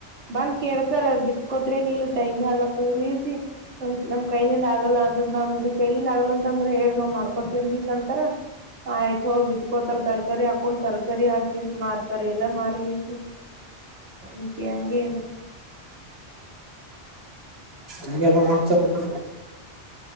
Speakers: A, on the right (about 80°); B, on the right (about 60°).
A: ಬಂದ ಕೇಳ್ತಾರ ಬಿತ್ಕೋತ್ರಿನೀಲ್ ಟೈಮ್ ಅಲತ್ತ ನಿಸಿ ನಮ್ ನಮ್ ಕೈಲಿಂದ ಆಗಲ್ಲ ಅಂತಂದ ನಿಮ್ ಕೈಲಿಂದ ಆಗಲ್ಲ ಅಂದ್ರ ಹೇಳಿ ನೋ್ ಮಾಡ್ಕೋತ ದಿವ್ಸ ಅಂತರ ಆಯ್ತ ಬಿತ್ಕೋತಾರ ತರಕಾರಿ ಹಾಕೊಂಡ ತರಕಾರಿ ಹಾಕೀ ಮಾರ್ತಾರೆ ಎಲ್ಲಾ ಮಾರ ಎನ ನ್ಂಗನು
B: ನ ಎಲ್ಲ ಮಾಡ್ತಾರಂದ